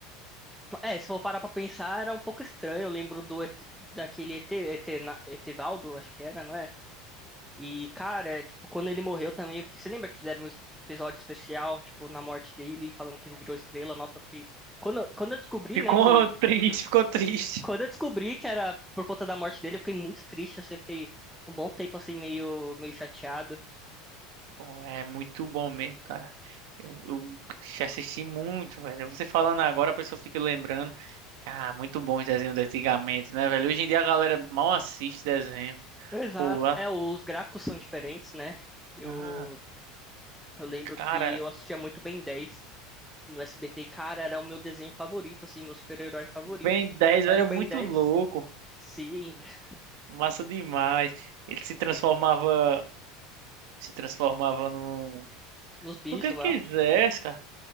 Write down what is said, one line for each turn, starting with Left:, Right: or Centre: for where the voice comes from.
Centre: É, se for parar pra pensar, era um pouco estranho. Eu lembro do ET daquele ET, ET, na- Etevaldo, acho que era, não era? E, cara, é, tipo, quando ele morreu também, eu fiquei... você lembra que fizeram um es- episódio especial, tipo, na morte dele, falando que ele virou estrela? Nossa, eu fiquei. Quando, eu- quando eu descobri,
Right: Ficou
Centre: né, que.
Right: <laughs> triste, ficou triste.
Centre: Quando eu descobri que era por conta da morte dele, eu fiquei muito triste, assim, eu fiquei um bom tempo, assim, meio, meio chateado.
Right: Pô, é muito bom mesmo, cara. Eu, eu já assisti muito, velho. Você falando agora, a pessoa fica lembrando. Ah, muito bom os desenhos de antigamente, né, velho? Hoje em dia a galera mal assiste desenho.
Centre: Exato.
Right: Pô, lá.
Centre: É, os gráficos são diferentes, né? Eu,
Right: Ah,
Centre: eu lembro
Right: cara,
Centre: que eu assistia muito Ben dez no SBT, cara, era o meu desenho favorito, assim, meu super-herói favorito.
Right: Ben 10
Centre: Era
Right: era
Centre: o
Right: muito
Centre: Ben dez
Right: louco.
Centre: Sim, <laughs>
Right: Massa demais. Ele se transformava, se transformava no,
Centre: nos bichos
Right: no que ele
Centre: lá.
Right: quisesse, cara.